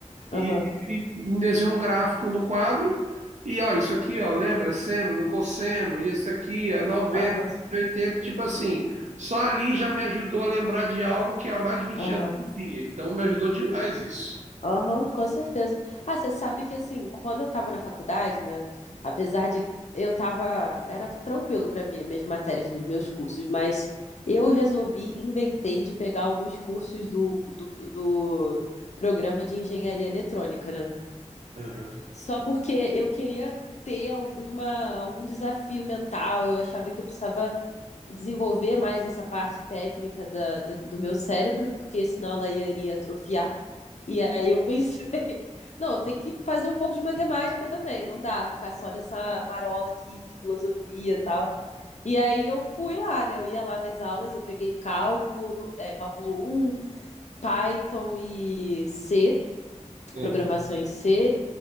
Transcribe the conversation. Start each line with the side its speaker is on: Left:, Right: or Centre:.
Left: Aham.
Right: E ele desenhou um gráfico no quadro. E ó, isso aqui, ó, lembra? É Seno do cosseno, e isso aqui é 90,
Left: Aham.
Right: oitenta tipo assim. Só ali já me ajudou a lembrar de algo que há mais de 20
Left: Aham.
Right: anos eu não via. Então me ajudou demais isso.
Left: Aham, com certeza. Ah, você sabe que assim, quando eu tava na faculdade, né? Apesar de eu tava, era tranquilo pra mim, minhas matérias dos meus cursos, mas eu resolvi, inventei de pegar alguns cursos do, do, do programa de engenharia eletrônica, né?
Right: Aham.
Left: Só porque eu queria ter alguma, algum desafio mental, eu achava que eu precisava desenvolver mais essa parte técnica da, da- do meu cérebro, porque senão ela iria atrofiar. E aí eu pensei, <laughs> não, tem que fazer um pouco de matemática também, não dá ficar só nessa marola aqui de filosofia e tal. E aí eu fui lá, né? Eu ia lá nas aulas, eu peguei cálculo, é, cálculo um Python e C,
Right: Uhum.
Left: programação em C,